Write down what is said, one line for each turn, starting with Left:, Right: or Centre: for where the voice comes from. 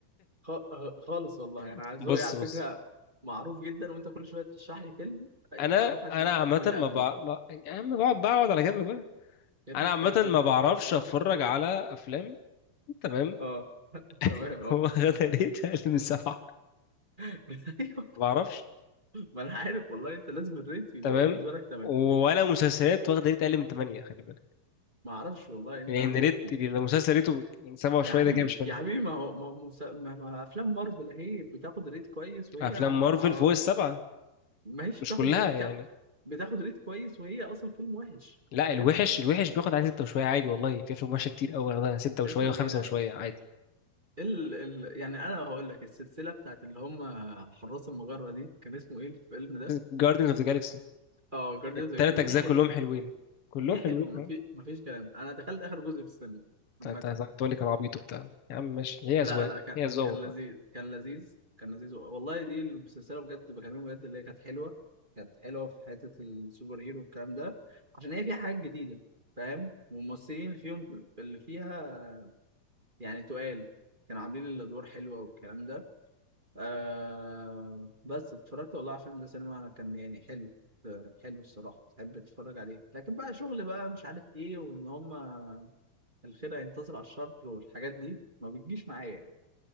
Right: خ... آه، خالص والله انا
Left: <laughs>
Right: ذوقي
Left: بص
Right: على
Left: بص
Right: فكره معروف جدا وانت كل شويه ترشح لي فيلم أي-
Left: انا
Right: اوحش
Left: انا
Right: من
Left: عامه
Right: من اللي قبله
Left: ما, بع... ما... يا عم بقعد بقعد على جنب بقى
Right: يا ابني
Left: انا عامه
Right: كفاية جون
Left: ما
Right: ويك
Left: بعرفش اتفرج على افلام تمام
Right: اه تمام
Left: <laughs>
Right: اه
Left: واخده ريت اقل من سبعه
Right: <laughs> ايوه
Left: ما بعرفش
Right: ما انا عارف والله انت لازم الريت يبقى
Left: تمام
Right: بالنسبه لك تمام
Left: ولا مسلسلات واخده ريت اقل من ثمانيه خلي بالك
Right: ما اعرفش والله انت
Left: يعني
Right: عندك
Left: ان ريت لو مسلسل ريته يعني سبعه وشويه
Right: يا حبيبي
Left: ده كده مش حلو
Right: يا حبيبي ما هو ما هو مس- ما ما افلام مارفل اهي بتاخد ريت كويس وهي
Left: افلام مارفل
Right: على
Left: فوق السبعه
Right: ما هيش
Left: مش
Right: بتاخد
Left: كلها
Right: بتاخد
Left: يعني
Right: بتاخد ريت كويس وهي اصلا فيلم وحش
Left: لا
Right: فاهم
Left: الوحش الوحش بياخد على سته وشويه عادي والله في افلام وحشه كتير قوي واخدها سته وشويه
Right: اسمه
Left: وخمسه
Right: ايه ده
Left: وشويه عادي
Right: ال... ال... يعني انا هقول لك السلسله بتاعت اللي هم حراس المجره دي كان اسمه ايه الفيلم ده
Left: جاردنز اوف ذا جالكسي
Right: اه جارديانز
Left: التلات اجزاء
Right: دي حلوه
Left: كلهم حلوين كلهم
Right: دي
Left: حلوين
Right: حلوه ما
Left: آه.
Right: في ما فيش كلام انا دخلت اخر جزء في السينما عامه
Left: انت أنت تقول لي كان عبيط وبتاع يا عم ماشي هي
Right: لا
Left: اذواق
Right: لا كان
Left: هي اذواق
Right: كان
Left: والله
Right: لذيذ كان لذيذ كان لذيذ والله دي السلسله بجد بكلمك بجد اللي هي كانت حلوه كانت حلوه في حته السوبر هيرو والكلام ده عشان هي فيها حاجات جديده فاهم والممثلين اللي فيهم اللي فيها يعني تقال كانوا عاملين الادوار حلوه والكلام ده آه بس اتفرجت والله على الفيلم ده سينما كان يعني حلو حلو الصراحه تحب تتفرج عليه لكن بقى شغل بقى مش عارف ايه وان هما الخير هينتصر على الشر والحاجات دي ما بتجيش معايا يعني.